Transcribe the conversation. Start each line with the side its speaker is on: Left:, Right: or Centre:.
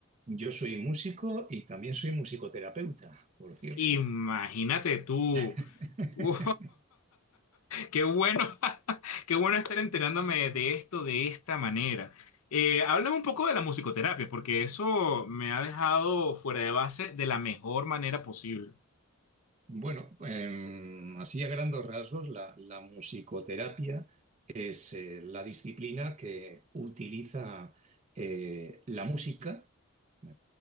Right: Yo soy músico y también soy musicoterapeuta, por cierto.
Left: Imagínate tú.
Right: <laughs>
Left: <laughs> Qué bueno, <laughs> qué bueno estar enterándome de esto de esta manera. Eh, háblame un poco de la musicoterapia, porque eso me ha dejado fuera de base de la mejor manera posible.
Right: Bueno, em, así a grandes rasgos, la, la musicoterapia es eh, la disciplina que utiliza eh, la música eh,